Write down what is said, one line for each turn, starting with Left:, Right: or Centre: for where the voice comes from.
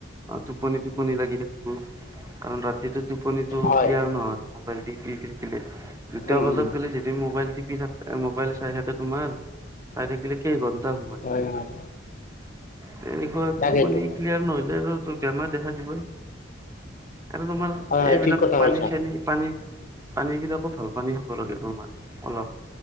Right: অ টোপনি টোপনি লাগি থাকিব কাৰণ ৰাতিটো টোপনিটো
Left: হয়
Right: ক্লিয়াৰ নহয় মোবাইল টিপি থাকিলে দুটা
Left: উম
Right: বজাত
Left: উম
Right: গ'লে যদি মোবাইল টিপি থাক এ মোবাইল চাই থাকে তোমাৰ চাই থাকিলে কেইঘন্টা সময়
Left: হয় হয়
Right: তেনেকৈ
Left: তাকেইতো
Right: টোপনি ক্লিয়াৰ নহলে আৰু তোৰ বেমাৰ দেখা দিবই। কাৰণ তোমাৰ
Left: হয় হয়
Right: এইবিলাক
Left: ঠিক কথা
Right: পানী
Left: কৈছা
Right: চানী পানী পানীবিলাকো ভাল পানী খাব লাগে তোমাৰ অলপ